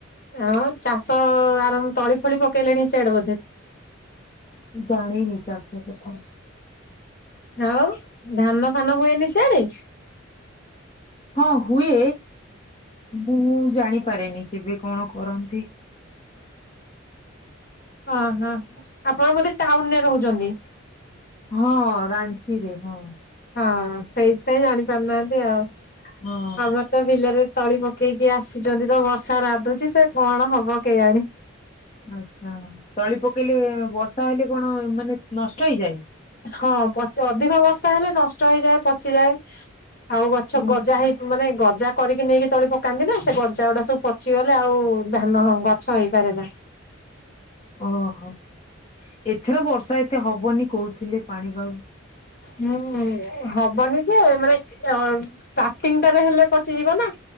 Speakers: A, on the left (about 45°); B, on the left (about 30°).
A: ଆଉ ଚାଷ ଆରମ୍ଭ ତଳି ଫଳି ପକେଇଲେଣି ସିଆଡେ ବୋଧେ?
B: ଜାଣିିନି ଚାଷ କଥା।
A: ଆଉ ଧାନ ଫାନ ହୁଏନି ସିଆଡେ?
B: ହଁ ହୁଏ ମୁଁ ଜାଣିପାରେନି କେବେ କଣ କରନ୍ତି?
A: ହ ଅହ ଆପଣ ବୋଧେ ଟାଉନରେ ରହୁଚନ୍ତି?
B: ହଁ ରାଞ୍ଚିରେ ହଁ।
A: ହଁ ସେଇଥିପାଇଁ ଜାଣିପାରୁନାହାନ୍ତି ଆଉ
B: ହଁ
A: ପ୍ ତ ବିଲରେ ତଳି ପକେଇକି ଆସିଚନ୍ତି ତ ବର୍ଷା ନାଦୁଚି ସେ କଣ ହବ କେଜାଣି। ୍ଁ
B: ଆଛା ତଳି ପକେଇଲେ ବର୍ଷା ହେଲେ କଣ ମାନେ ନଷ୍ଟ ହେଇଯାଏ?
A: ହଁ ପଚ ଅଧିକ ବର୍ଷା ହେଲେ ନଷ୍ଟ ହେଇଯାଏ ପଚିଯାଏ। ଆଉ ଗଛ
B: ହୁଁ।
A: ଗଜା ହେଇ ମାନେ ଗଜା କରିକି ନେଇକି ତଳି ପକାନ୍ତି ନା ସେ ଗଜା ଗୁଡା ସବୁ ପଚିଗଲେ ଆଉ ଧାନ ଗଛ ହେଇପାରେନା।
B: ଓହୋ ଏଥର ବର୍ଷା ଏତେ ହବନି କହୁଥିଲେ ପାଣି ବାୟୁ
A: ଉଁ ଉଁ ଉଁ। ହବନି ଯେ ମାନେ ଅ ଷ୍ଟାର୍ଟିଂଟାରେ ହେଲେ ପଚିଯିବ ନା।